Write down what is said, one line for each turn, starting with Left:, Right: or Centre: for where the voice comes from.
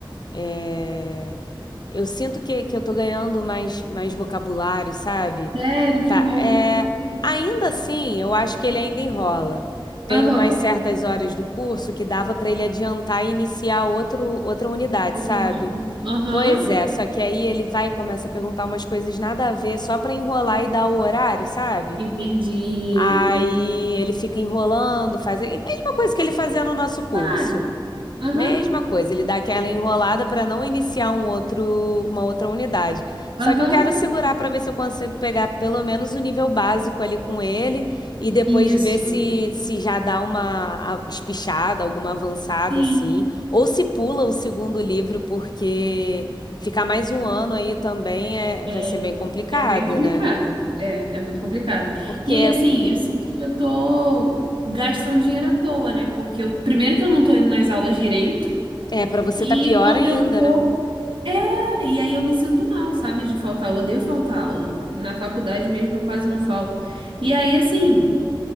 Left: é, eu sinto que, que eu tô ganhando mais, mais vocabulário, sabe?
Right: sério, que
Left: Tá,
Right: bom.
Left: é... Ainda assim, eu acho que ele ainda enrola. Tem
Right: Aham,
Left: umas certas horas do curso que dava para ele adiantar e iniciar outro, outra unidade,
Right: outro
Left: sabe?
Right: modo. Aham,
Left: Pois é, só que aí ele vai e começa a perguntar umas coisas nada a ver, só pra enrolar e dar o horário, sabe?
Right: entendi,
Left: Aí
Right: entendi.
Left: ele fica enrolando, faz a mesma coisa que ele fazia no nosso curso.
Right: Claro, aham,
Left: Mesma coisa, ele dá aquela enrolada para não iniciar um outro, uma outra unidade.
Right: aham,
Left: Só que eu quero segurar para ver se eu consigo pegar pelo menos o nível básico ali com ele e depois
Right: isso,
Left: ver se, se já dá uma a- espichada, alguma avançada
Right: sim.
Left: assim, ou se pula o segundo livro, porque ficar mais um ano aí também é,
Right: É,
Left: vai ser bem complicado,
Right: É bem complicado.
Left: né?
Right: É, é muito complicado.
Left: Porque
Right: E aí, assim, eu sinto que eu tô gastando dinheiro à toa, né? Porque eu, primeiro que eu não tô indo nas aulas direito,
Left: é, para você
Right: e
Left: tá pior
Right: quando
Left: ainda,
Right: eu vou,
Left: né?
Right: é, e aí eu me sinto mal, sabe, de faltar aula. Eu odeio faltar aula. Na faculdade mesmo eu quase não falto. E aí, assim,